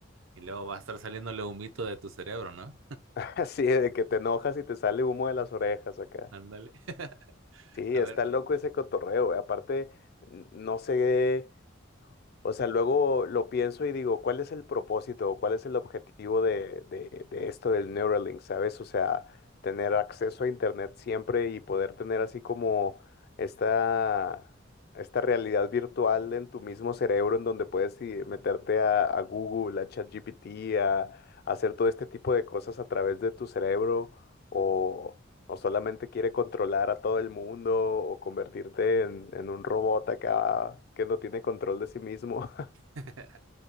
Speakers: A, on the right (about 80°); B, on the left (about 50°).
A: y luego va a estar saliéndole humito de tu cerebro, ¿no?
B: <laughs> Así de que te enojas y te sale humo de las orejas acá.
A: Ándale. <laughs>
B: Sí,
A: A
B: está
A: ver,
B: loco ese cotorreo, güey. Aparte, n- no sé, O sea, luego lo pienso y digo, ¿cuál es el propósito o cuál es el objetivo de, de- de esto del Neuralink, ¿sabes? O sea, tener acceso a Internet siempre y poder tener así como esta, esta realidad virtual en tu mismo cerebro en donde puedes eh, meterte a, a Google, a ChatGPT, a, a hacer todo este tipo de cosas a través de tu cerebro o o solamente quiere controlar a todo el mundo o convertirte en, en un robot acá que no tiene control de sí mismo. <laughs>
A: <laughs>